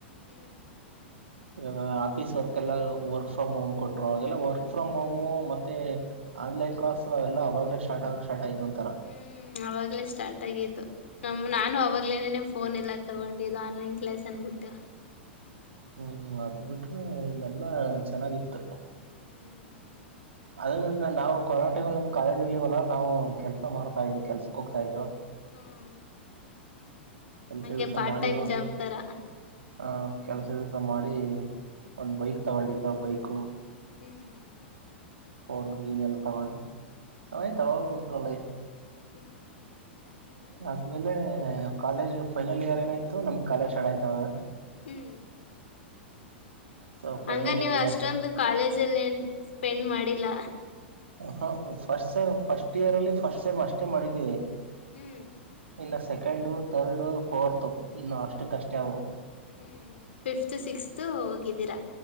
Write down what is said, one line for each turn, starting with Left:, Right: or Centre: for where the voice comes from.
Left: ಹ್ಮ್
Right: ಹೂ ಆಫೀಸ್ ವರ್ಕ್ ಎಲ್ಲ ವರ್ಕ್ ಫ್ರಮ್ ಹೋಮ್ ಕೊಟ್ ಟ್ರ ಅದೆಲ್ಲ
Left: ಹ್ಮ್
Right: ವರ್ಕ್ ಫ್ರಮ್ ಹೋಮು ಮತ್ ಮತ್ತೆ ಆನ್ಲೈನ್ ಕ್ಲಾಸ್ ಅವೆಲ್ಲ ಅವಾಗ್ಲೇ ಸ್ಟಾರ್ಟ್ ಆಗಕ್ ಸ್ಟಾರ್ಟ್ ಆಯ್ತು ಅಂತಾರ
Left: ಹ್ಮ್ ಅವಾಗಲೇ ಸ್ಟಾರ್ಟ್ ಆಗಿ ತ್ತು ನಮ್ ನಾನು ಅವಾಗ್ಲೇನೇನೆ ಫೋನ್ ಎಲ್ಲ ತಗೊಂಡಿದ್ದು ಆನ್ಲೈನ್ ಕ್ಲಾಸ್ ಅಂದ್ಬಿಟ್ಟು.
Right: ಹ್ಮ್ ಅದ್ ಬಿಟ್ರೆ ಇನ್ನೆಲ್ಲ ಚೆನ್ನಾಗಿತ್ತು.
Left: ಹ್ಮ್
Right: ಅದರಿಂದ ನಾವು ಕರೋನ ಟೈಮಲ್ಲಿ ನಮ್ಗ್ ಕಾಲೇಜ್ ಇರ್ಲಿಲ್ವಲ್ಲಾ ನಾವು ಕೆಲ್ಸ ಮಾಡ್ತಾ ಇದ್ವಿ ಕೆಲ್ಸಕ್ ಹೋಗ್ತಾ ಇದ್ವೋ.
Left: ಹ್ಮ್
Right: ಕೆಲ್ಸ
Left: ಹಂಗೆ
Right: ಗಿಲ್ಸ
Left: ಪಾರ್ಟ್
Right: ಮಾಡಿವೊ
Left: ಟೈಮ್ ಜಾಬ್ ತರ
Right: ಹಾ ಕೆಲ್ಸ ಗಿಲ್ಸ ಮಾಡಿ
Left: ಹ್ಮ್
Right: ಒಂದ್ ಬೈಕ್ ತಗೊಂಡಿ ದ ಬೈಕು
Left: ಹ್ಮ್ ಹ್ಮ್
Right: ಫೋನ್ ಗೀನು ಎಲ್ಲ ತಗೊಂಡು ಚೆನ್ನಾಗಿತ್ತ್ ಅವಾಗ್ಲೂ ಒಂತರ ಲೈಫ್.
Left: ಹ್ಮ್ ಚೆನ್ನಾಗಿತ್ತು
Right: ಅದ್ ಆದ್ಮೇಲೆ ಕಾಲೇಜ್ ಫೈನಲ್ ಇಯರ್ ಏನಾಯ್ತ ನಮಗ್ ಕಾಲೇಜ ಸ್ಟಾರ್ಟ್ ಆಯತವಾಗ
Left: ಹ್ಮ್
Right: ಸೊ ಫೈನಲ್
Left: ಹಂಗರ್ ನೀವ್
Right: ಇಯರ್ಗೆ
Left: ಅಷ್ಟೊಂದು ಕಾಲೇಜಲ್ಲೇನ್ ಸ್ಪೆಂಡ್ ಮಾಡಿಲ್ಲ.
Right: ಹ ಫಸ್ಟ್ ಸಮ ಫಸ್ಟ್ ಇಯರ್ ಅಲ್ಲಿ ಫಸ್ಟ್ ಸೇಮ್ ಅಷ್ಟೇ ಮಾಡಿದ್ದೀವಿ.
Left: ಹ್ಮ್
Right: ಇನ್ನು ಸೆಕೆಂಡ ಥರ್ಡು ಫೋರ್ತ್ ಇನ್ನು ಅಷ್ಟು ಕಷ್ಟೆ ಅವು.
Left: ಹ್ಮ್ ಫಿಫ್ತ್ ಸಿಕ್ಸ್ತ್ ಹೋಗಿದ್ದೀರ.